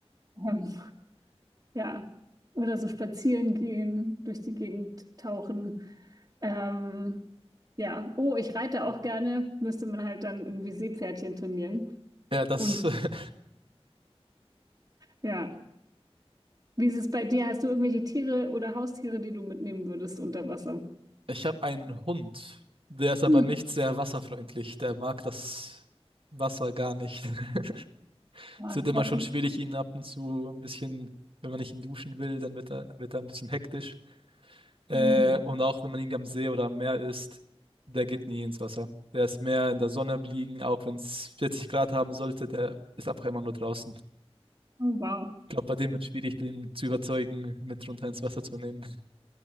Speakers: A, on the right; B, on the right.
A: Ähm, ja, oder so spazieren gehen, durch die Gegend tauchen. Ähm, ja, oh, ich reite auch gerne, müsste man halt dann irgendwie Seepferdchen trainieren.
B: Ja, das
A: Und
B: <laughs>
A: ja, wie ist es bei dir? Hast du irgendwelche Tiere oder Haustiere, die du mitnehmen würdest unter Wasser?
B: Ich habe einen Hund, der ist aber
A: Hm.
B: nicht sehr wasserfreundlich. Der mag das Wasser gar nicht. <laughs>
A: Ah,
B: Es wird immer
A: das
B: schon
A: ist,
B: schwierig, ihn ab und zu ein bisschen, wenn man nicht ihn duschen will, dann wird er, wird er ein bisschen hektisch. Äh,
A: hm.
B: und auch wenn man ihn am See oder am Meer ist, der geht nie ins Wasser. Der ist mehr in der Sonne liegen, auch wenn es 40 Grad haben sollte, der ist einfach immer nur draußen.
A: Oh, wow.
B: Ich glaube, bei dem wird es schwierig, den zu überzeugen, mit runter ins Wasser zu nehmen.